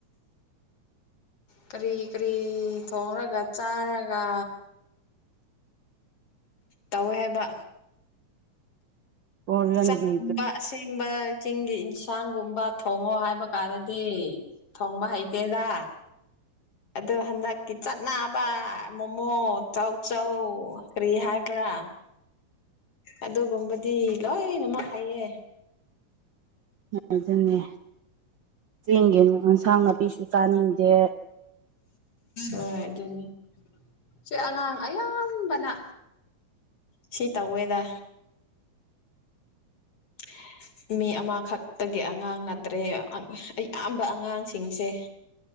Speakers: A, on the left (about 50°); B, on the right (about 80°).
A: ꯀ꯭ꯔꯤ ꯀ꯭ꯔꯤ ꯊꯣꯔꯒ ꯆꯥꯔꯒ ꯇꯧꯋꯦ ꯍꯥꯏꯕ
B: ꯀꯣꯔꯤꯌꯟꯒꯤ
A: ꯆꯥꯛꯒꯨꯝꯕ ꯑꯁꯦꯡꯕ ꯆꯤꯡꯒꯤ ꯏꯟꯁꯥꯡꯒꯨꯝꯕ ꯊꯣꯡꯉꯣ ꯍꯥꯏꯕ ꯀꯥꯟꯗꯗꯤ ꯊꯣꯡꯕ ꯍꯩꯇꯦꯗ ꯑꯗꯣ ꯍꯟꯗꯛꯇꯤ ꯆꯠꯅꯕ ꯃꯣꯃꯣ ꯇꯧꯆꯧ ꯀ꯭ꯔꯤ ꯍꯥꯏꯕ꯭ꯔꯥ ꯑꯗꯨꯒꯨꯝꯕꯗꯤ ꯂꯣꯏꯅꯃꯛ ꯍꯩꯌꯦ
B: ꯑꯗꯨꯅꯦ ꯆꯦꯡꯒꯤ ꯌꯦꯟꯁꯥꯡ ꯅꯥꯄꯤꯁꯨ ꯆꯥꯅꯤꯡꯗꯦ
A: ꯍꯣꯏ ꯑꯗꯨꯅꯦ ꯁꯦ ꯑꯉꯥꯡ ꯑꯌꯥꯝꯕꯅ ꯁꯤ ꯇꯧꯋꯦꯗ <inaudible> ꯃꯤ ꯑꯃꯈꯛꯇꯒꯤ ꯑꯉꯥꯡ ꯅꯠꯇ꯭ꯔꯦ ꯑꯌꯥꯝꯕ ꯑꯉꯥꯡꯁꯤꯡꯁꯦ